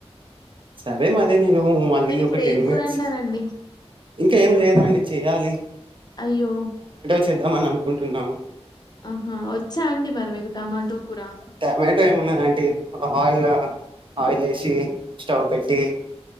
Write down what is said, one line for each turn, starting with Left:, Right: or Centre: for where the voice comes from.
Right: సరే మరి నేను మళ్ళీ
Left: మరి ఇప్పుడు
Right: ఒక టెన్
Left: ఏం
Right: మినిట్స్
Left: కూర అండారండి
Right: ఇంకా ఏం లేదండి చెయ్యాలి
Left: అయ్యో
Right: చేద్దామ అని అనుకుంటున్నాము
Left: ఆహా వచ్చా అండి మరి మీకు టమాటో కూర
Right: టమాటో ఏమున్నాదండి ఆయిల్ ఆయిల్ వేసి స్టవ్ పెట్టి